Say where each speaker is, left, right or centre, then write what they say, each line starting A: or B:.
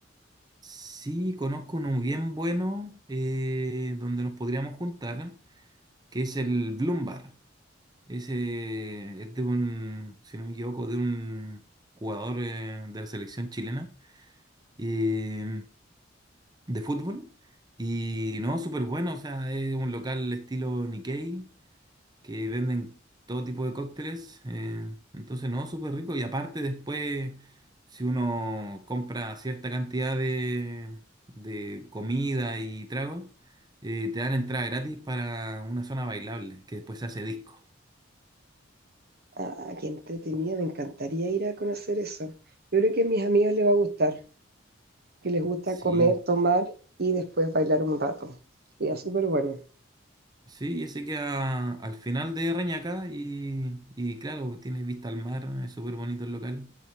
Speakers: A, on the right; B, on the right.
A: Sí, conozco uno bien bueno eh, donde nos podríamos juntar, que es el Bloom Bar. Ese es de un, si no me equivoco, de un jugador eh, de la selección chilena. Eh, de fútbol. Y no, súper bueno, o sea, es un local estilo Nikkei, que venden todo tipo de cócteles. eh, entonces, no, súper rico. Y aparte después, si uno compra cierta cantidad de, de comida y tragos, eh, te dan entrada gratis para una zona bailable, que después se hace disco.
B: Ah, qué entretenido, me encantaría ir a conocer eso. Yo creo que a mis amigos les va a gustar, que les gusta
A: Sí,
B: comer, tomar y después bailar un rato. Sería súper bueno.
A: Sí, ese queda al final de Reñaca y, y claro, tiene vista al mar, es súper bonito el local,